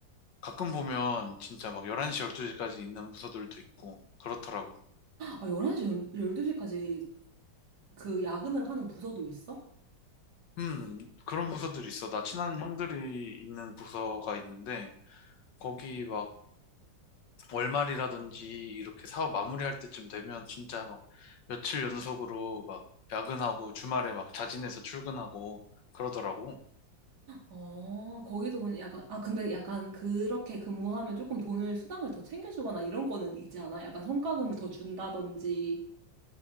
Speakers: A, on the left (about 70°); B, on the right (about 60°).
A: 가끔 보면 진짜 막 11시, 12시까지 있는 부서들도 있고 그렇더라고.
B: 아, 11시, 12시까지 그 야근을 하는 부서도 있어?
A: 음, 그런 부서들이 있어. 나 친한 형들이 있는 부서가 있는데 거기 막 월말이라든지 이렇게 사업 마무리할 때쯤 되면 진짜 막 며칠 연속으로 막 야근하고 주말에 막 자진해서 출근하고 그러더라고.
B: 어, 거기서 약간, 아, 근데 약간 그렇게 근무하면 조금 돈을, 수당을 더 챙겨주거나 이런 거는 있지 않아? 약간 성과금을 더 준다든지.